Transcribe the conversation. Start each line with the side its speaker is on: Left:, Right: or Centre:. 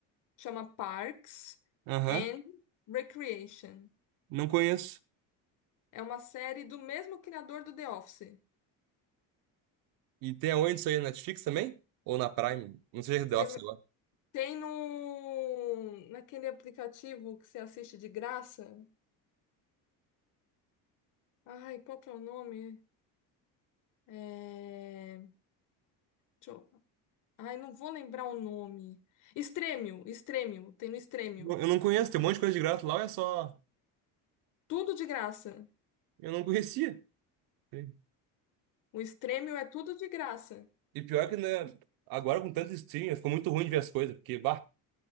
Left: Chama Parks
Right: Aham,
Left: and Recreation.
Right: não conheço.
Left: É uma série do mesmo criador do The Office.
Right: E tem aonde isso aí? Na Netflix também? Ou na Prime? Não sei se é
Left: Você
Right: The Office agora.
Left: tem no naquele aplicativo que você assiste de graça. Ai, qual que é o nome? É... deixa eu- Ai, não vou lembrar o nome. Stremio, Stremio, tem no Stremio.
Right: Não- Eu não conheço, tem um monte de coisa de grato lá, ou é só.
Left: Tudo de graça.
Right: Eu não conhecia. E
Left: O Stremio é tudo de graça.
Right: E pior que, né, agora com tanto streaming, ficou muito ruim de ver as coisas, porque, bah,